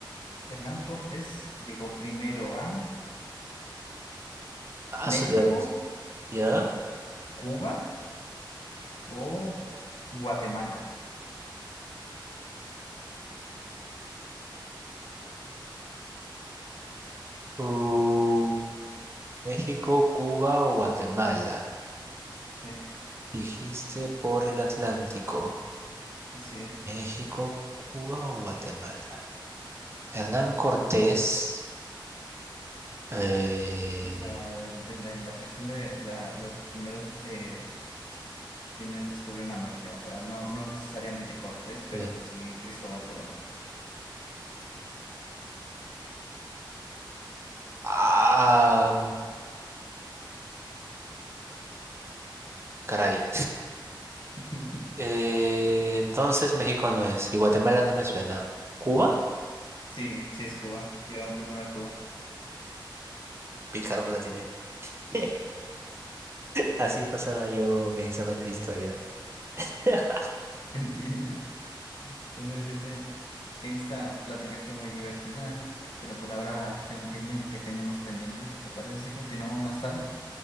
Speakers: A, on the left; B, on the right.
A: Hernán Cortés llegó primero a
B: Ah,
A: México,
B: su- ya. ves. Ya.
A: Cuba o Guatemala.
B: Uh, México, Cuba o Guatemala.
A: Sí,
B: Dijiste por el Atlántico.
A: así es.
B: México, Cuba o Guatemala. Hernán Cortés. eh,
A: Sí, O sea, el- el- la embarcación de la- los primeros este, quienes descubren América. O sea, no, no necesariamente Cortés, pero
B: sí.
A: sí Cristóbal Colón.
B: Ah, caray.
A: <laughs>
B: Eh, entonces México no es, y Guatemala no me suena. ¿Cuba?
A: Sí, sí es Cuba. Llegaron primero a Cuba.
B: Picardo la tiene. <laughs> Así pasaba
A: <laughs>
B: yo mis exámenes de historia. <laughs>
A: Entiendo. Bueno, ese- esta plática fue muy divertida, pero por ahora tengo que irme ya que tengo unos pendientes. ¿Te parece si continuamos más tarde?